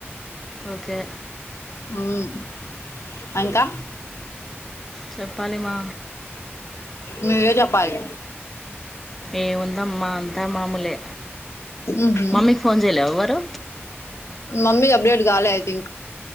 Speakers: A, in the centre; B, on the left.
A: ఓకే.
B: హుమ్ ఇంకా
A: చెప్పాలి మా.
B: మీరే చెప్పాలీ
A: ఏం ఉంద్ మ్మా అంతా మామూలే
B: ఉహు
A: మమ్మీకి ఫోన్ చేయలేవ్ ఎవరు
B: మమ్మీ అప్డేట్ కాలే ఐ థింక్